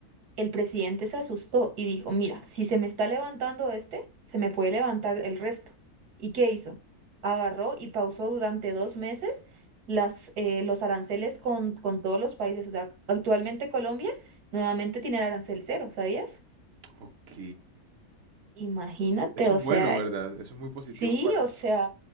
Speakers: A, on the right; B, on the right.
A: El presidente se asustó y dijo, mira, si se me está levantando este, se me puede levantar el resto. ¿Y qué hizo? Agarró y pausó durante dos meses las, eh, los aranceles con, con todos los países. O sea, actualmente Colombia nuevamente tiene el arancel cero, ¿sabías?
B: Ok.
A: Imagínate,
B: Eso
A: o
B: es
A: sea,
B: bueno, ¿verdad? Eso es muy positivo
A: sí,
B: para
A: o sea...